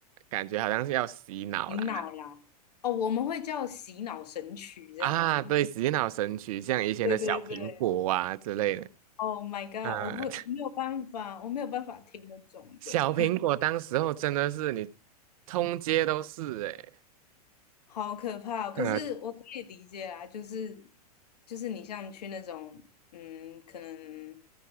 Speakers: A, on the right (about 60°); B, on the left (about 80°).
A: 感觉好像是要洗脑啦。
B: 洗脑啦，哦，我们会叫洗脑神曲这样子，
A: 啊，对，洗脑神曲，像以前的小苹果啊之类的。
B: 对对对，Oh my God，
A: 呃，
B: 我不，
A: <laughs>
B: 我没有办法，我没有办法听那种的。
A: 小苹果当时候真的是你通街都是诶、
B: 好可怕哦可是我可以理解啊，
A: 呃 <laughs>
B: 就是就是你像去那种嗯，可能